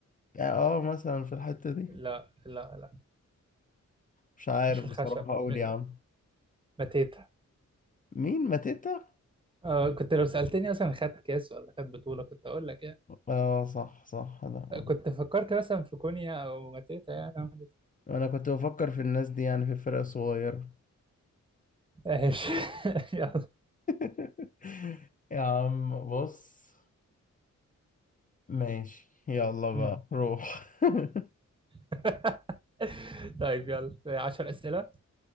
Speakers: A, on the left (about 30°); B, on the right (about 15°).
A: يعني اه مثلا في الحتة دي
B: لا لا لا
A: مش عارف
B: مش الخشب
A: بصراحة اقول
B: م-
A: يا عم
B: ماتيتا
A: مين ماتيتا
B: آه كنت لو سألتني مثلا خد كاس ولا خد بطولة كنت أقول لك يعني
A: اه صح صح انا
B: كنت فكرت مثلا في كونيا أو ماتيتا يعني
A: انا كنت بفكر في الناس دي يعني في الفرق الصغيرة
B: ايش <laughs> يلا
A: <laughs> يا عم بص ماشي يلا بقى
B: مم.
A: روح <laughs>
B: <laughs> طيب يلا 10 أسئلة